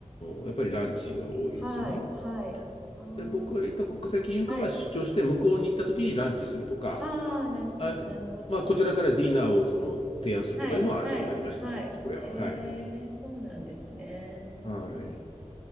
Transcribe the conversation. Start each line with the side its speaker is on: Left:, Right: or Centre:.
Left: ーやっぱりランチが多いですよね。
Centre: はい、はい。ああ、
Left: で、僕がいた国際金融科は出張して、
Centre: はい。
Left: 向こうに行った時にランチするとか、
Centre: ああ、なるほど、
Left: あ、
Centre: なるほど。
Left: まあ、こちらからディナーをその提案するとかいうのはあり、
Centre: はい、はい、
Left: ありました。
Centre: はい。
Left: そこれは。
Centre: えー、
Left: はい。
Centre: そうなんですね。
Left: はい。